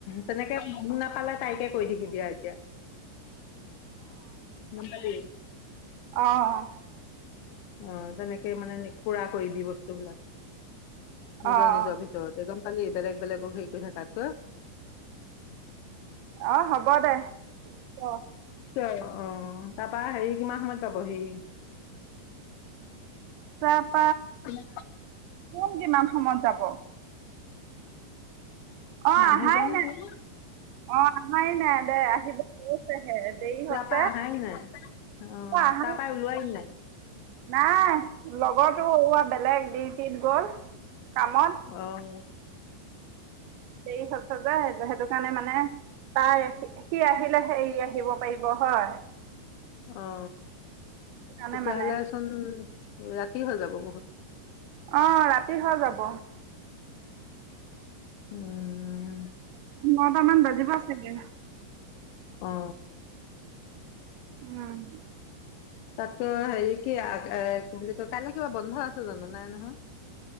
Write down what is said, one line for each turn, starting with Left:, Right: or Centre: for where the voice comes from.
Left: তেনেকে মম নাপালে তাইকে কৈ থিব দিয়া এতিয়া মনালিছা।
Right: আহ
Left: অ তেনেকে মানে পুৰা কৰি দিবি বস্তুবলাক। নিজৰ
Right: অ
Left: নিজৰ ভিতৰত একদম পালি বেলেগ বেলেগক হেৰি কৰি থাকাত ক।
Right: আহ হ'ব দে ক।
Left: কিয়? অ তাৰপা হেৰি কিমান সময়ত পাব সি
Right: তত
Left: হয়
Right: কোন কিমান সময়ত যাব অ
Left: মানুহজন
Right: আহাই নাই
Left: তোৰ
Right: অ আহাই নাই দে আহিব লৈছেহে দেৰি
Left: তাৰপা
Right: হৈছে
Left: আহাই নাই। অ'
Right: তই অহা
Left: তাৰপা
Right: নাই।
Left: ওলোৱাই নাই।
Right: নাই লগৰতো ৱা বেলেগ ডিউটিত গল কামত
Left: আহ
Right: দেৰি হৈছে যে সেইটো কাৰণে মানে তাই সি আহিলে এৰি আহিব পাৰিব হয়।
Left: অ
Right: কাৰণে
Left: তেতিয়াহ'লেচোন
Right: মানে
Left: ৰাতি তি হৈ যাব বহুত
Right: অ ৰাতি। কি হৈ যাব
Left: উম
Right: নটামান বাজিব চাগে।
Left: অ অ।
Right: উম
Left: তাতকো হেৰি কি এ কি বুলি কয় কাইলৈ কিবা বন্ধ আছে জানো নাই নহয়।